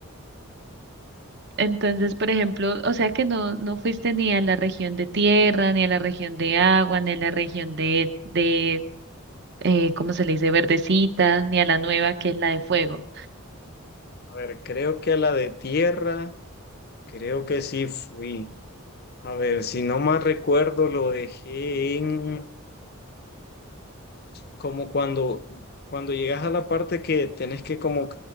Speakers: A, on the right (about 50°); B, on the left (about 45°).
A: Entonces, por ejemplo, o sea que no, no fuiste ni a la región de tierra, ni a la región de agua, ni a la región de, de eh, ¿cómo se le dice? Verdecita, ni a la nueva que es la de fuego.
B: A ver, creo que a la de tierra, creo que sí fui. A ver, si no más recuerdo, lo dejé en como cuando, cuando llegas a la parte que tenés que como